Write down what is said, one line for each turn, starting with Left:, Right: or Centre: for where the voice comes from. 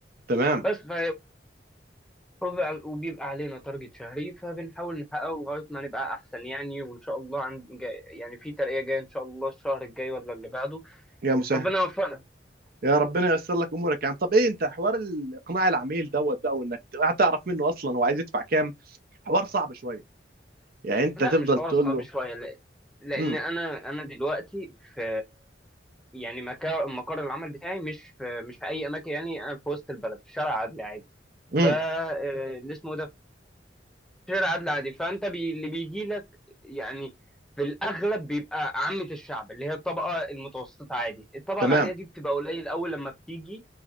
Right: تمام
Centre: بس ف... وبيبقى وبيبقى علينا تارجت شهري فبنحاول نحققه لغاية ما نبقى أحسن يعني وإن شاء الله عند جاي يعني في ترقية جاية إن شاء الله الشهر الجاي ولا اللي بعده
Right: يا مسهل
Centre: ربنا يوفقنا
Right: يا ربنا ييسر لك امورك يا عم طب ايه انت حوار اقناع العميل دوت بقى وانك تعرف منه اصلا هو عايز يدفع كام حوار صعب شويه يعني انت
Centre: لا
Right: تفضل
Centre: مش حوار
Right: تقول
Centre: صعب
Right: له
Centre: شوية لا- لأن
Right: امم
Centre: أنا أنا دلوقتي في يعني مكا- مقر العمل بتاعي مش في مش في أي أماكن يعني أنا في وسط البلد في شارع عدلي عادي
Right: امم
Centre: ف آه، اللي اسمه ده غير عدل عادي فانت بي... اللي بيجي لك يعني في الاغلب بيبقى عامه الشعب اللي هي الطبقه المتوسطه عادي الطبقه
Right: تمام
Centre: العاليه دي بتبقى قليل اول لما بتيجي